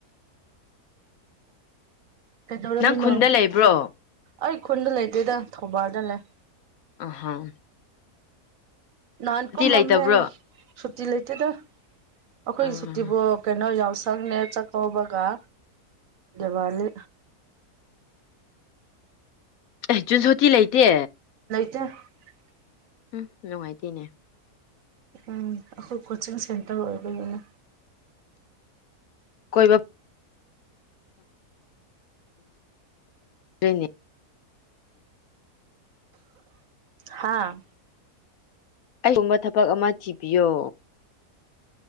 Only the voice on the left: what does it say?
ꯅꯪ ꯈꯨꯟꯗ ꯂꯩꯕ꯭ꯔꯣ
ꯑꯍꯥꯎ
ꯂꯩꯇꯕ꯭ꯔꯣ
ꯑꯥ
ꯑꯦ ꯖꯨꯟꯁꯣꯇꯤ ꯂꯩꯇꯦ
ꯎꯝ ꯅꯨꯡꯉꯥꯏꯇꯦꯅꯦ
ꯀꯣꯏꯕ ꯅꯦ
ꯀꯔꯤꯒꯨꯝꯕ ꯊꯕꯛ ꯑꯃ ꯊꯤꯕꯤꯌꯣ